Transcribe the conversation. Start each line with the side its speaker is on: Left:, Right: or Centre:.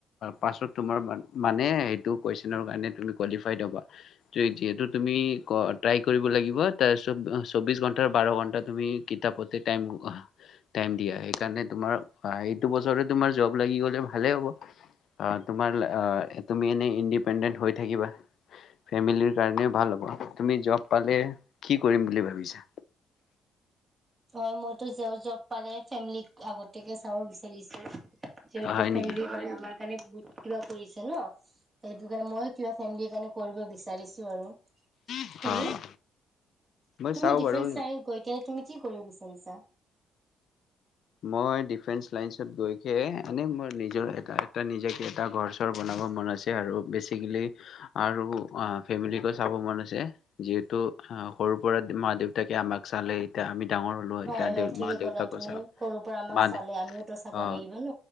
Left: পাছত তোমাৰ মানে সেইটো কুৱেশনৰ কাৰণে তুমি কোৱালিফাইড হ'বা যিহেতু তুমি ট্ৰাই কৰিব লাগিব, তাৰ চৌ চৌবিশ ঘণ্টা বাৰ ঘণ্টা। তুমি কিতাপতে টাইম টাইম দিয়া সেইকাৰণে তোমাৰ এইটো বছৰ তোমাৰ জব লাগি গ'লে ভালে হ'ব। তোমাৰ আ তুমি এনে ইণ্ডিপেডেন্ট হৈ থাকিবা। ফেমিলিৰ কাৰণেও ভাল হব। তুমি জব পালে কি কৰিম বুলি ভাবিছা?
Right: হয় মইতো জ জব পালে ফেমেলীক আগতীয়াকে চাব বিচাৰিছো যিহেতু
Left: হয়
Right: ফেমেলি
Left: নেকি?
Right: কৰে আমাক মানে বহুত কিবা কৰিছে ন সেইটো কাৰণে মইয়ো কিবা ফেমিলীৰ কাৰণে কৰিব বিচাৰিছোঁ আৰু।
Left: অ'।
Right: তুমি
Left: মই
Right: তুমি
Left: চাওঁ
Right: ডিফেন্স
Left: বাৰু
Right: লাইন গৈ কিনে কি কৰিব বিচাৰিছা।
Left: মই ডিফেন্স লাইনত গৈকে এনে মোৰ নিজৰ এ নিজে এটা ঘৰ চৰ বনাব মন আছে আৰু বেচিকেলি আৰু ফেমিলো চাব মন আছে যিহেতু সৰুৰ পৰা মা দেউতাকে আমাক চালে এতিয়া আমি ডাঙৰ হ'লো এতিয়া
Right: হয় হয়
Left: দেউ
Right: ঠিকে
Left: মা দেউতাকো
Right: ক'লা তুমি
Left: চাম
Right: সৰুৰ পৰা আমাক
Left: বা
Right: চালে
Left: দে
Right: আমিওতো চাব
Left: অ
Right: লাগিব ন